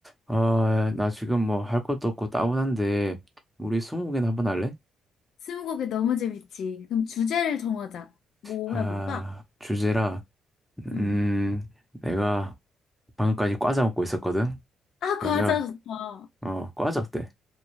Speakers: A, in the centre; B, on the left (about 70°).
A: 아, 나 지금 뭐 할 것도 없고 따분한데, 우리 스무고개나 한번 할래?
B: 스무고개 너무 재밌지. 그럼 주제를 정하자. 뭐
A: 아,
B: 해볼까?
A: 주제라,
B: 응.
A: 음, 내가 방금까지 과자 먹고 있었거든?
B: 아,
A: 그러면,
B: 과자 좋다.
A: 어, 과자 어때?